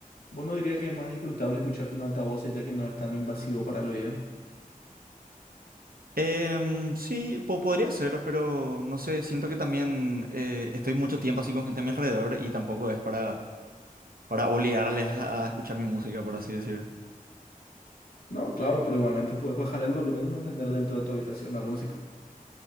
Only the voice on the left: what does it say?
¿Vos no dirías que es más disfrutable escuchar con altavoces ya que no es tan invasivo para el oído?
No, claro, pero igualmente puedes bajar el volumen y mantener dentro de tu habitación la música.